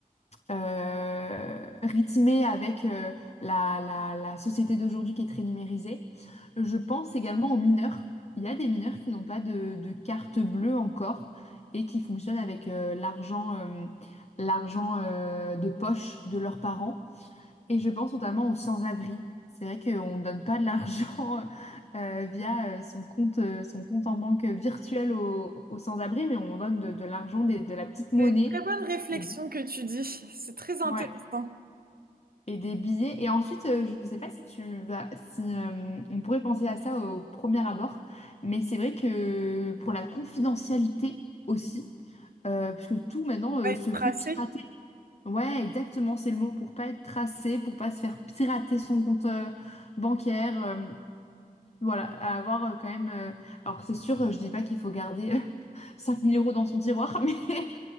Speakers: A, on the left; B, on the right.
A: euh, rythmées avec euh, la, la, la société d'aujourd'hui qui est très numérisée. Je pense également aux mineurs. Il y a des mineurs qui n'ont pas de, de carte bleue encore et qui fonctionnent avec euh, l'argent euh, l'argent euh, de poche de leurs parents. Et je pense notamment aux sans-abri. C'est vrai qu'on ne donne pas de l'argent <laughs> euh, via euh, son compte, euh, son compte en banque virtuel aux, aux sans-abri, mais on donne de, de l'argent, des- de la petite monnaie
B: C'est une très bonne réflexion
A: et,
B: que tu dis, c'est très intéressant.
A: ouais, et des billets. Et ensuite, euh, je ne sais pas si tu vas, si euh, on pourrait penser à ça au premier abord, mais c'est vrai que pour la confidentialité aussi, euh, puisque tout maintenant euh,
B: On va
A: se
B: être tracé
A: fait pirater. Ouais, exactement, c'est le mot pour pas être tracé, pour pas se faire pirater son compte euh, bancaire. euh, voilà, à avoir euh, quand même. euh, alors, c'est sûr, euh, je dis pas qu'il faut garder euh, <laughs> 5000 euros dans son tiroir, <laughs> mais,